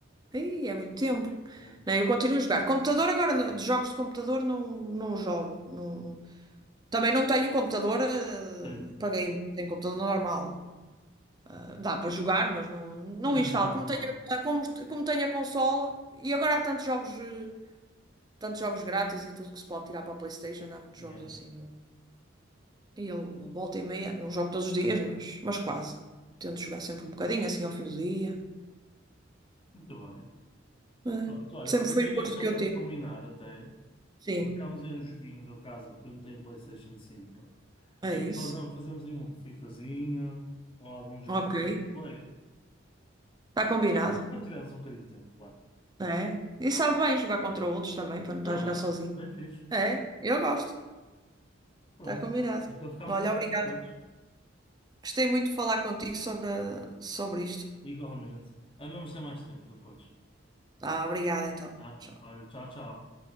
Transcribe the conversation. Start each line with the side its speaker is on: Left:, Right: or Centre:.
Right: Ih, é muito tempo.
Left: Yeah.
Right: Não, eu continuo a jogar. Computador agora, não- de jogos de computador não, não jogo. Não- Também não tenho computador eh,
Left: Certo.
Right: para game, tenho computador normal. Ah, dá para jogar, mas não, não
Left: Mas não
Right: instalo.
Left: é jogos
Right: Como
Left: novos.
Right: tenho, a- ah, como, como tenho a consola, e agora há tantos jogos, eh, tantos jogos grátis e tudo que se pode tirar para a PlayStation, há muitos
Left: Yeah.
Right: jogos assim. eu- E ele volta e meia, não jogo todos os dias, mas, mas quase. Tento jogar sempre um bocadinho, assim ao fim do dia.
Left: Muito bem.
Right: É,
Left: Pronto, olha,
Right: Sempre
Left: um
Right: foi
Left: dia
Right: o
Left: destes
Right: gosto
Left: sabemos
Right: que eu tive.
Left: combinar até.
Right: Sim,
Left: Marcámos aí um joguinho da casa, porque eu não tenho PlayStation cinco
Right: é
Left: E
Right: isso.
Left: fazemos, fazemos aí um FIFAzinho ou algum jogo
Right: Ok.
Left: assim multiplayer.
Right: Está combinado.
Left: Quando tivermos um bocadinho de tempo, claro.
Right: É. E sabe bem jogar contra outros também, para não estar
Left: Não
Right: a jogar
Left: é?
Right: sozinho.
Left: Bem fixe.
Right: É, eu gosto.
Left: Pronto.
Right: Está combinado.
Left: Então ficámos
Right: Olha,
Left: assim
Right: obrigada.
Left: combinados.
Right: Gostei muito de falar contigo sobre, sobre isto.
Left: Igualmente. Havemos ter mais tempo depois.
Right: Ah, obrigada então.
Left: Tá?
Right: Tchau.
Left: Olha, tchau, tchau.